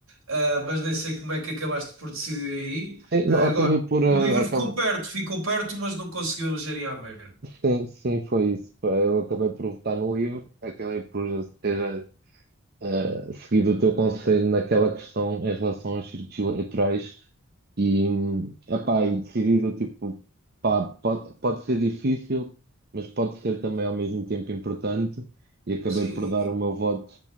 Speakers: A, on the right (about 80°); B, on the right (about 45°).
A: ah, mas nem sei como é que acabaste por decidir aí.
B: Sim,
A: Ah,
B: não, acabei
A: agora,
B: por. eh,
A: o livro
B: acab-
A: ficou perto, ficou perto, mas não conseguiu eleger em Aveiro.
B: Sim, sim, foi isso. pá. Eu acabei por votar no livro, acabei por ter eh, seguido o teu conselho naquela questão em relação aos círculos eleitorais e, hum, epá, e decidido, tipo, pá, pode, pode ser difícil, mas pode ser também ao mesmo tempo importante e acabei
A: Sim,
B: por dar
A: e,
B: o meu voto